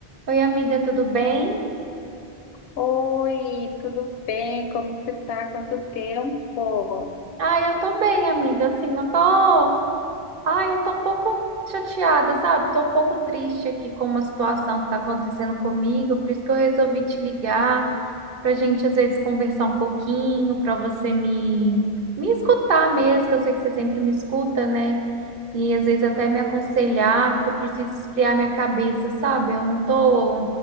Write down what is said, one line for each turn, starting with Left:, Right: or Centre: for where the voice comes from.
Right: Oi, amiga, tudo bem?
Left: Oi, tudo bem? Como que você tá? Quanto tempo?
Right: Ah eu tô bem, amiga. Assim, eu tô. ah eu tô um pouco chateada, sabe? Tô um pouco triste aqui com uma situação que tá acontecendo comigo, por isso que eu resolvi te ligar, pra gente às vezes conversar um pouquinho, pra você me me escutar mesmo, que eu sei que você sempre me escuta, né? e às vezes até me aconselhar, porque eu preciso esfriar minha cabeça, sabe? Eu não tô,